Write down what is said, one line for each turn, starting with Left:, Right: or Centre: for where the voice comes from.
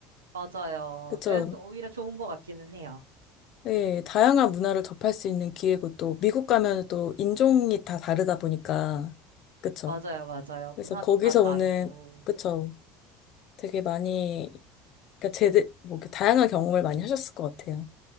Right: 맞아요.
Left: 그쵸.
Right: 그래서 또 오히려 좋은 것 같기는 해요.
Left: 예, 다양한 문화를 접할 수 있는 기회고, 또 미국 가면 또 인종이 다 다르다 보니까, 그쵸.
Right: 맞아요, 맞아요.
Left: 그래서
Right: 문화도
Left: 거기서
Right: 다 다르고.
Left: 오는, 그쵸. 되게 많이, 그러니까 제대, 뭐, 이렇게 다양한 경험을 많이 하셨을 것 같아요.